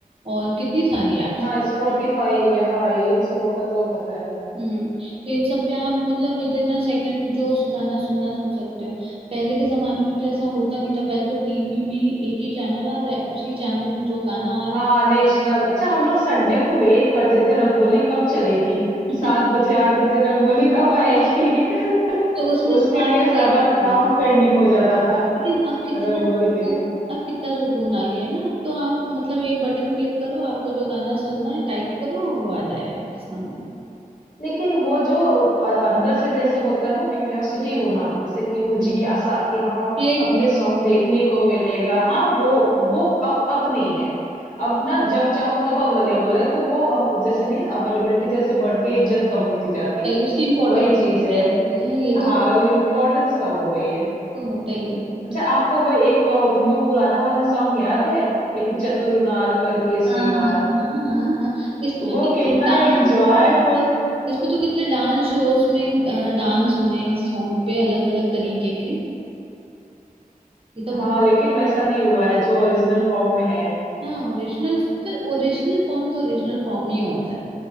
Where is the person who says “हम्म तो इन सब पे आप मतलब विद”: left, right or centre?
Right